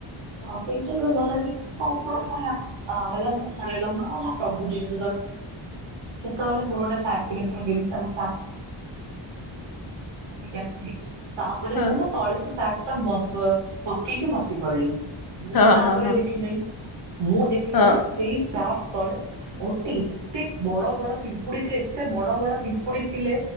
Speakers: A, on the right; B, on the left.
A: ହଁ ସେଇତ ଭଲ ଲାଗନି ଆଉ ଉପର ପୁଣିଆ ହେଲା ମୁଁ ଥରେ ହେଲା ମୋର ହେଲା ପ୍ରଭୁଜ ଯେତବେଳେ ସେତେବେଳେ ମୋର ଗୋଟେ ଥିଲା ଆସିଲି ତାପରେ
B: ହଁ
A: ମୁଁ ହେଲା ତଳସୀ ସଟ ଟା ବସ ପକେଇକି ବସି ପଡିଲି ମୁଁ
B: ହଁ
A: ତାପରେ
B: ହଁ ହଁ
A: ଦେଖିିନହିଁ। ମୁଁ ଦେଖିନି
B: ହଁ
A: ସେଇ ଶକ ତଳେ ଗୋଟେ ଏତେ ବଡ ବଡ ପିମ୍ ପିମ୍ୁଡି ଥିଲେ ଏତେ ବଡ ବଡ ପିମ୍ପୁଡି ଥିଲେ